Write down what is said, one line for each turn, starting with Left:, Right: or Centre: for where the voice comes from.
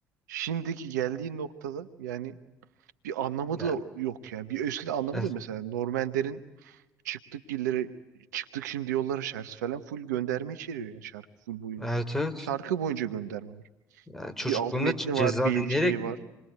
Right: şimdiki geldiği noktada yani bir anlamı
Centre: Yani,
Right: da yok yani. Bir ösküde anlamı
Centre: evet
Right: da mesela Norm Ender'in Çıktık illere çıktık şimdi yollara şarkısı falan full gönderme içeriyor yani şarkı full boyunca.
Centre: evet. evet.
Right: Şarkı boyunca gönderme var.
Centre: Yani çocukluğumda
Right: Bir alt metni
Centre: C- ceza
Right: var, bir
Centre: dinleyerek
Right: şey var.
Centre: büyüdüm.